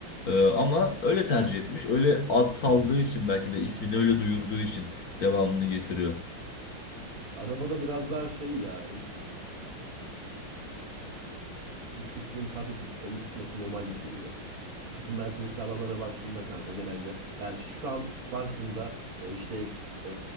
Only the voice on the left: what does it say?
E, ama öyle tercih etmiş. Öyle ad saldığı için belki de ismini öyle duyurduğu için devamını getiriyor.